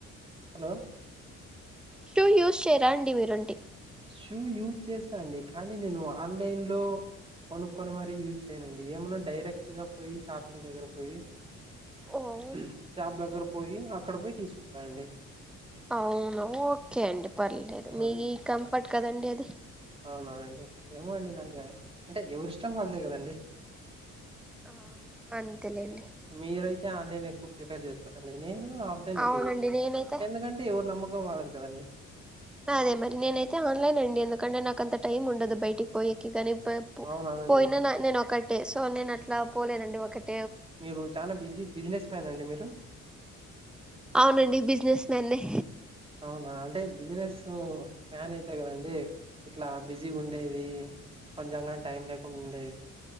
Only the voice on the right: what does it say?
హలో
షూ యూజ్ చేస్తా అండి కానీ నేను ఆన్లైన్ లో కొనుక్కొని మరి యూజ్ చేయనండి ఏమన్నా డైరెక్ట్ గా పోయి షాపింగ్ దగ్గర పోయి.
ఉమ్ షాప్ దగ్గర పోయి అక్కడ పోయి తీసుకుంటానండి.
అవునండి
అవునవునండి ఏమో అండి నాకు
అంటే ఎవరిష్టం వాళ్ళదే కదండి.
మీరైతే ఆన్లైన్ ఎక్కువ ప్రిపేర్ చేస్తారండి నేను. ఆఫ్ లైన్ ఎక్కువ
చేస్తారు.
ఎందుకంటే ఎవరు
నమ్మకం వాళ్ళది కదండి.
అవునవునండి
మీరు చానా బిజీ బిజినెస్ మ్యానా అండి మీరు.
అవునా అంటే బిజినెస్ మ్యాన్ అయితే కదండి. ఇట్లా బిజీ ఉండేది కొంచెంగాని టైం లేకుండా ఉండేది.